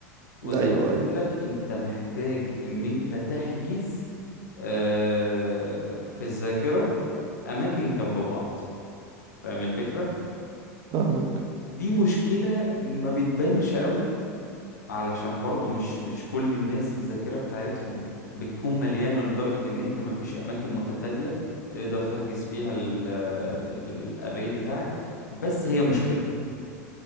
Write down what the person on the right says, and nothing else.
ايوه
ايوه
فاهمك